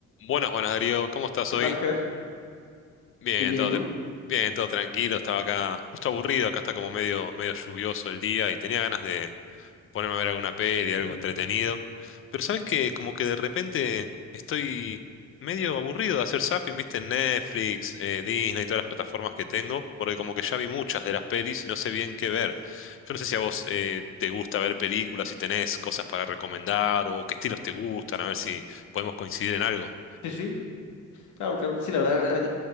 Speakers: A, on the left; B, on the left.
A: Buenas, buenas Darío, ¿cómo estás
B: ¿Qué
A: hoy?
B: tal, Ger?
A: Bien,
B: Bien, bien,
A: todo,
B: ¿y tú?
A: tra- bien, todo tranquilo, estaba acá justo aburrido, acá está como medio, medio lluvioso el día y tenía ganas de ponerme a ver alguna peli, algo
B: Ujú.
A: entretenido. Pero sabes que como que de repente estoy medio aburrido de hacer zapping, viste, en Netflix, eh, Disney y todas las plataformas que tengo, porque como que ya vi muchas de las pelis y no sé bien qué ver. Yo no sé si a vos eh, te gusta ver películas, si tenés cosas para recomendar o qué estilos te gustan, a ver si podemos coincidir en algo.
B: Sí, sí, claro, claro. Sí, la verdad, ahorita